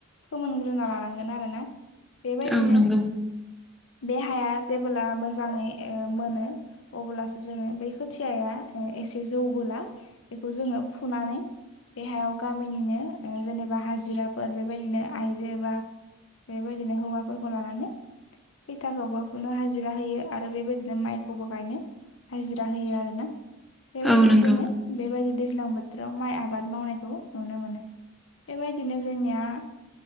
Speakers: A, on the left; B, in the centre.
A: फोमोनग्रोना लानांगोन आरो ना बेबायदिनो
B: औ नंगौ
A: बेहाया जेबोब्ला मोजाङै मोनो अब्लासो जोङो बै खोथियाया एसे जौबोला बेखौ जोङो फुना नै बे हायाव गामिनिनो जेनेबा हाजिराफोर बेबायदिनो आइजो बा बेबायदिनो हौवाफोरखौ लानानै खैथाखौबो फुनो हाजिरा होयो आरो बेबायदिनो माइखौबो गायनो हाजिरा होयो आरो ना बेबायदिनो
B: औ नंगौ
A: जोङो बेबायदि दैज्लां बो थोराव माइ आबाद मावनायखौ नुनो मोनो बेबायदिनो जोंनिया